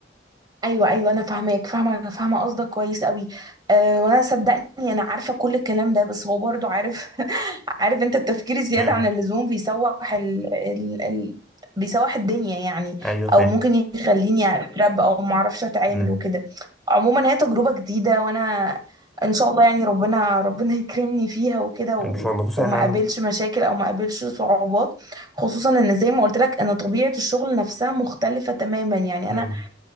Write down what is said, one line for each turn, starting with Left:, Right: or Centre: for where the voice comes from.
Right: ايوه ايوه انا فاهماك فاهمه انا فاهمه قصدك كويس قوي أه وانا صدقني انا عارفه كل الكلام ده بس هو برضو عارف <laughs> عارف انت التفكير الزياده
Centre: امم
Right: عن اللزوم بيسوح ال... ال... ال... بيسوح الدنيا يعني
Centre: ايوه فاهم
Right: او ممكن يخليني اترب او ما اعرفش اتعامل
Centre: امم
Right: وكده عموما هي تجربه جديده وانا ان شاء الله يعني ربنا ربنا يكرمني فيها وكده و...
Centre: ان شاء الله بصي
Right: وما
Centre: انا
Right: قابلش
Centre: انا
Right: مشاكل او ما قابلش صعوبات خصوصا ان زي ما قلت لك ان طبيعه الشغل نفسها مختلفه تماما يعني
Centre: امم
Right: انا